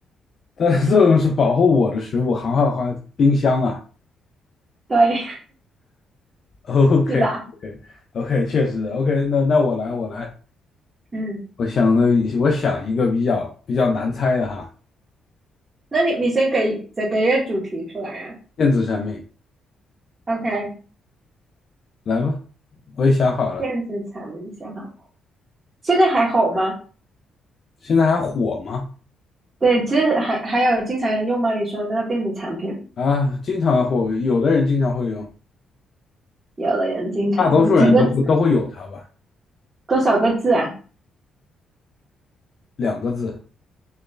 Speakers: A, on the left (about 50°); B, on the right (about 30°).
A: 它的作用是保护我的食物，好好好，冰箱啊。
B: 对，
A: <laughs> OK
B: 是吧？
A: OK OK，确实 OK 那。那我来，我来，
B: 嗯。
A: 我想的，我想一个比较比较难猜的哈，
B: 那你你先给再给一个主题出来啊
A: 电子产品，
B: ？OK，
A: 来吧，我也想好了。
B: 电子产品想好，现在还好吗？
A: 现在还火吗？
B: 对，其实还还有经常人用吗？你说的那个电子产品，
A: 啊，经常火，有的人经常会用，
B: 有的人经常会几个字
A: 大多数人都嗯会都会有它吧。
B: 多少个字啊？
A: 两个字，